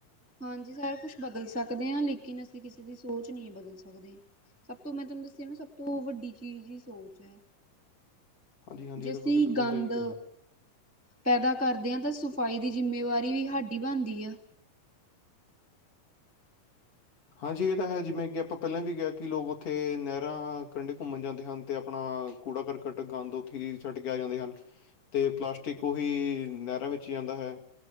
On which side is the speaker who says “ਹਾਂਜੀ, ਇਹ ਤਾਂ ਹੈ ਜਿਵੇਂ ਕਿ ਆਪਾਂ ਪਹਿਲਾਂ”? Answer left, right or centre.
Left